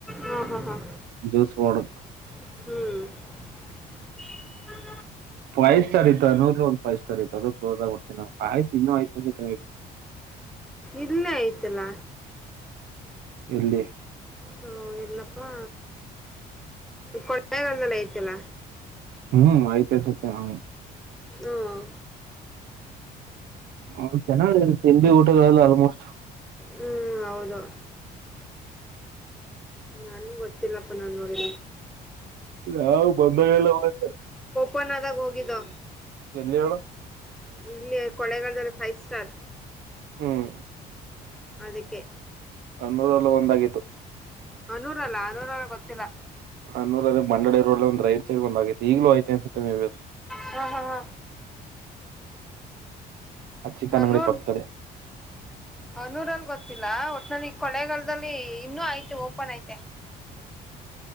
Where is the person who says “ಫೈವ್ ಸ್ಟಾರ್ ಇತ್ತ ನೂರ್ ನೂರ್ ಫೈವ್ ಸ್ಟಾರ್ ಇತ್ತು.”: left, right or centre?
Right